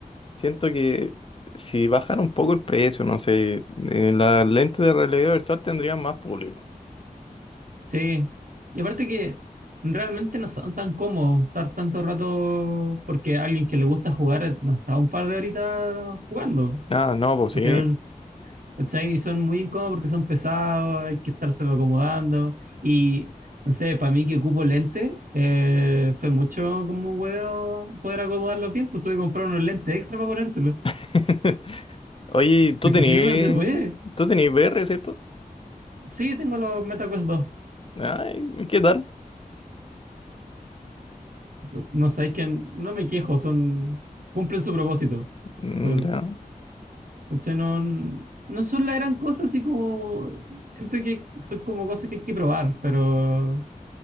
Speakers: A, on the left; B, on the right.
A: Siento que si bajan un poco el precio, no sé, eh, las lentes de realidad virtual tendrían más público.
B: sí. Y aparte que realmente no son tan cómodos estar tanto rato, porque alguien que le gusta jugar eh, no está un par de horitas jugando.
A: Ah, no, pues
B: Al
A: sí.
B: final ¿Cachai? Y son muy incómodos porque son pesados, hay que estárselo acomodando. Y no sé, para mí que ocupo lentes eh, fue mucho como un huevo poder acomodarlos bien, pues tuve que comprar unos lentes extra para ponérselos,
A: <laughs> Oye, tú
B: porque
A: tenías,
B: si no, no se puede.
A: tú tenías VR, ¿cierto?
B: Sí, tengo los MetaQuest dos
A: Ay, ¿qué tal?
B: No, no sabéis que no me quejo, son cumplen su propósito.
A: Mm,
B: Pero,
A: ya.
B: ¿cachai? no, no son la gran cosa, así como siento que son como cosas que hay que probar, pero